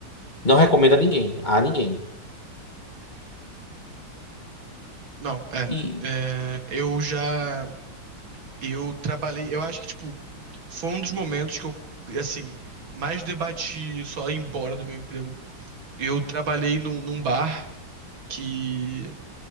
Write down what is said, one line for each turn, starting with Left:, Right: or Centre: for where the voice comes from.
Left: não recomendo a ninguém. A ninguém.
Right: Não, é.
Left: E,
Right: É, eu já. Eu trabalhei. Eu acho que, tipo, foi um dos momentos que eu, assim, mais debati só ir embora do meu emprego. Eu trabalhei num, num bar que